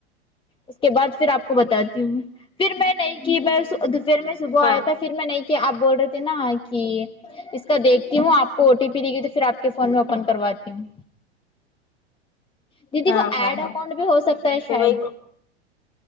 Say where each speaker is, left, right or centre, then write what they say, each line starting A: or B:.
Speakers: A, on the left (about 15°); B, on the left (about 35°).
A: اس کے بعد پھر آپ کو بتاتی ہوں میں پھر میں نہیں کی میں دوپہر میں صبح
B: ہاں
A: آیا تھا پھر میں نہیں کیا آپ بول رہے تھے نا کہ اس کا دیکھتی ہوں آپ او ٹییے گی تو پھر آپ فون میں اوپن کرواتی ہوں دیدی
B: ہاں
A: وہ ایڈ
B: ہاں ہاں
A: اکاؤنٹ بھی ہو سکتا ہے
B: پھر
A: شاید
B: وہی